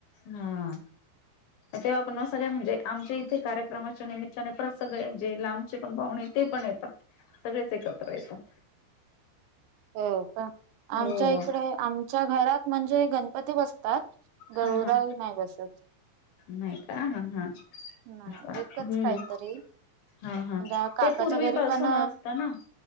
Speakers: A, on the left; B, on the right.
A: हा तेव्हा आपण सगळ्या म्हणजे आमच्या इथे कार्यक्रमाच्या निमित्ताने परत सगळे जे लांबचे पण पाहुणे <unintelligible> येतात सगळेच एकत्र येतात
B: हो का
A: हो
B: आमच्या इकडे आमच्या घरात म्हणजे गणपती बसतात गौराई
A: हा हा
B: नाय बसत
A: नाही का हा हा
B: नाही
A: हम्म
B: एकच काहीतरी
A: हा हा
B: म्हणजे काकाच्या
A: ते पूर्वीपसून
B: घरी पण
A: असतं ना